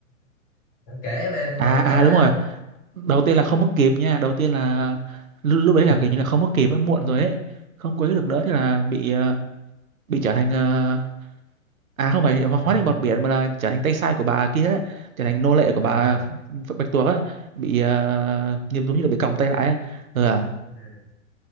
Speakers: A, on the left (about 20°); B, on the right (about 85°).
A: kể về em
B: à
A: vậy
B: à
A: chết rồi
B: đúng
A: ông
B: rồi đầu tiên là không mất kịp nha đầu tiên là lúc, lúc đấy
A: ừ.
B: là kiểu như là không mất kịp á, muộn rồi ấy không quấy được nữa thế là bị ờ, bị trở thành ờ, à không phải hóa
A: cảm
B: hóa thành
A: ơn
B: bọt biển
A: em.
B: mà là trở thành tay sai của bà kia ấy, trở thành nô lệ của
A: à
B: bà Ph- Bạch Tuộc á bị ờ, như giống như là bị còng tay lại á ừ, à.
A: ừ.